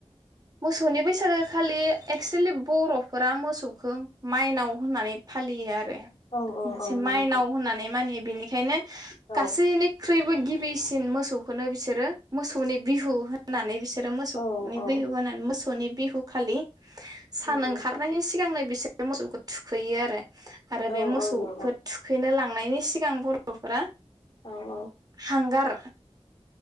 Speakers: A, on the right; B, on the left.
A: मोसौनि बैसागो खालि एक्सुलि बर'फोरा मोसौखौ माइनाव होननानै फालियो आ रो
B: औ औ
A: मोनसे
B: औ नंगौ
A: माइनाव होननानै मानियो बिनिखायनो
B: औ
A: गासैनिख्रुइबो गि बिसिन मोसौखौनो बिसोरो मोसौनि बिहु होननानै बिस रो मोसौनि
B: औ
A: <unintelligible>
B: औ
A: मोसौ सौनि बिहु खालि सान
B: नंगौ
A: ओंखारनायनि सिगांनो बेसेरो मोसौखौ थुखैयो आरो आरो
B: औ
A: बे मोसौखो थुखैनो लां थांनायनि सिगां बर'फोरा
B: औ
A: हांगार